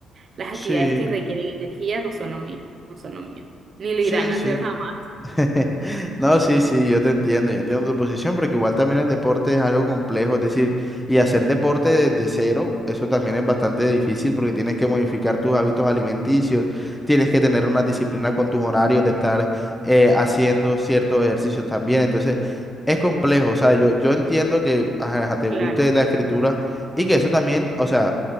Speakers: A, on the right; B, in the centre.
A: Las
B: Sí,
A: actividades que requieren energía no son lo mío, no son lo mío. Ni lo
B: sí,
A: irán a
B: sí.
A: hacer jamás.
B: <laughs> No, sí, sí, yo te entiendo, yo entiendo tu posición, porque igual también el deporte es algo complejo, es decir, y hacer deporte desde cero, eso también es bastante difícil porque tienes que modificar tus hábitos alimenticios, tienes que tener una disciplina con tus horarios de estar eh, haciendo ciertos ejercicios también, entonces es complejo, o sea, yo, yo entiendo que ajá, ajá, te guste
A: Claro,
B: la escritura y que eso también, o sea,